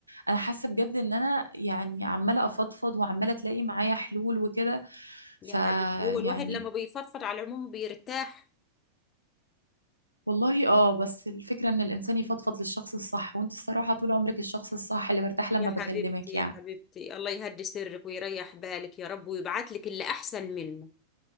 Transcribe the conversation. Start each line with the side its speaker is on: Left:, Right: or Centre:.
Right: أنا حاسة بجد إن أنا يعني عمالة أفضفض وعمالة تلاقي معايا حلول وكده
Left: يا
Right: فيعني
Left: حبيبتي هو الواحد لما بيفضفض على العموم بيرتاح
Right: والله اه بس الفكرة إن الإنسان يفضفض للشخص الصح وأنت الصراحة طول عمرك الشخص الصح اللي برتاح لما
Left: يا حبيبتي
Right: بكلمك
Left: يا
Right: يعني
Left: حبيبتي الله يهدي سرك ويريح بالك يا رب ويبعت لك اللي أحسن منه